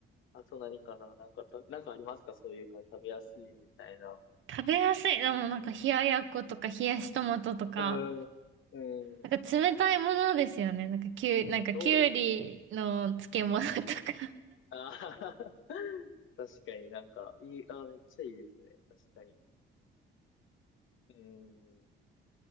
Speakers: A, on the left; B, on the right.
A: あと何かな、なんかた、なんかありますかそういう感じ、食べやすいみたいな。
B: 食べやすい。でもなんか冷ややっことか冷やしトマトとか、
A: うん、うん、
B: なんか冷たいものですよね。なんかきゅう、なんかきゅうりの漬物とか
A: そうですね。あはは確かになんか、いい、あーめっちゃいいですね。確かに。うん、